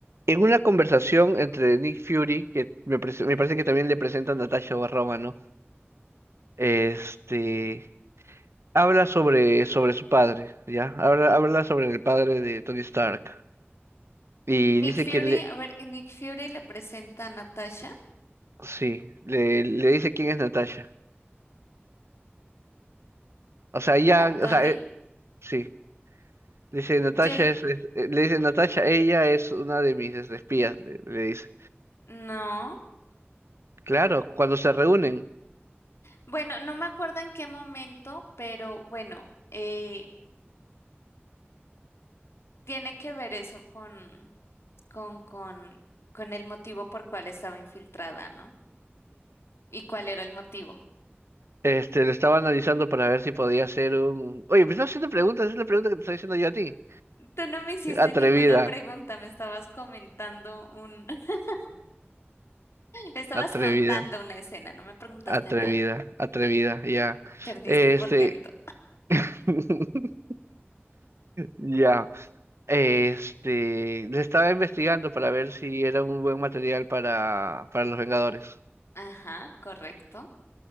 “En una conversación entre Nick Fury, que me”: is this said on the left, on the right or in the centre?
Right